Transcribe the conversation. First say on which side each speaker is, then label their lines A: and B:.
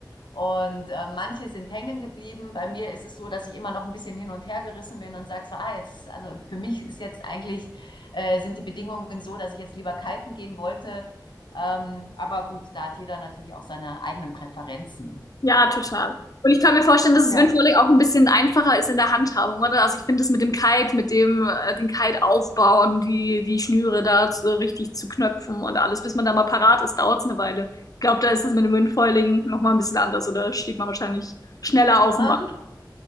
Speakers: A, on the left; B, on the left.
A: Und äh, manche sind hängen geblieben. Bei mir ist es so, dass ich immer noch ein bisschen hin und her gerissen bin und sage so, ah, jetzt, also für mich ist jetzt eigentlich, äh, sind die Bedingungen so, dass ich jetzt lieber kiten gehen wollte. Ähm, aber gut, da hat jeder natürlich auch seine eigenen Präferenzen.
B: Ja, total. Und ich kann mir vorstellen, dass es
A: ja
B: Windsurfing auch ein bisschen einfacher ist in der Handhabung, oder? Also ich finde das mit dem Kite, mit dem äh, den Kite aufbauen, die die Schnüre da zu, richtig zu knöpfen und alles, bis man da mal parat ist, dauert es eine Weile. Ich glaube, da ist das mit dem Windfoiling noch mal ein bisschen anders, oder? Da steht man wahrscheinlich schneller auf
A: Ähm,
B: dem Wasser.